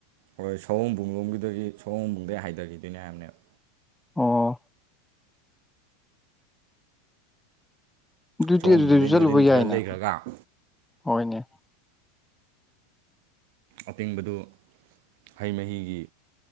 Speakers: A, on the right; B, in the centre.
A: ꯍꯣꯏ ꯁꯧꯑꯨꯡꯕꯨꯡꯂꯣꯝꯒꯤꯗꯒꯤ ꯁꯧꯑꯨꯡꯕꯨꯡꯗꯒꯤ ꯍꯥꯏꯗꯒꯤꯗꯣꯏꯕꯅꯦ ꯍꯥꯏꯅꯦꯕ
B: ꯑꯣ ꯑꯗꯨꯗꯤ
A: ꯁꯑꯣꯝꯕꯨꯡꯗꯩ
B: ꯑꯗꯨꯗꯁꯨ ꯆꯠꯂꯨꯕ
A: ꯃꯔꯤꯟ ꯈꯔ
B: ꯌꯥꯏꯅ
A: ꯂꯩꯈ꯭ꯔꯒ
B: ꯍꯣꯏꯅꯦ
A: ꯑꯇꯤꯡꯕꯗꯨ ꯍꯩ ꯃꯍꯤꯒꯤ